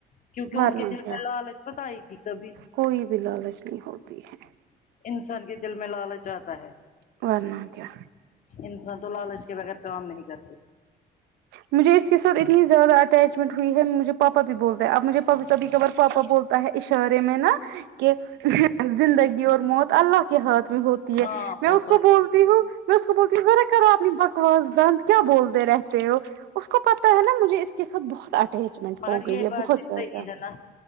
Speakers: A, on the left; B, on the right.
A: کیونکہ
B: ورنہ
A: ان کے دل
B: کیا
A: میں لالچ مت آئیگی کبھی
B: کوئی بھی لالچ نہیں ہوتی ہے
A: انسان کے دل میں لالچ آتا ہے
B: ہے ورنہ کیا
A: انسان تو لالچ کے بغیر کام نہیں کرتے
B: مجھے اس کے ساتھ اتنی زیادہ اٹیچمنٹ ہوئی ہے مجھے پاپا بھی بولتے ہیں اب مجھے پا کبھی کبھار پاپا بول تا ہے اشارے میں نا کہ زندگی اور موت اللہ کے ہاتھ میں ہو تی ہے
A: ہاں
B: میں
A: وہ
B: اس
A: تو
B: کو
A: ہے
B: بول تی ہوں میں اس کو بولتی ہوں ذرا کرو اپنی بکواس بند کیا بولتے رہتے ہو اس کو پتہ ہے نا مجھے اس کے ساتھ بہت اٹیچمنٹ
A: مگر
B: ہو گئی
A: یہ
B: ہے
A: بات
B: بہت
A: بھی
B: زیادہ
A: صحیح ہے نا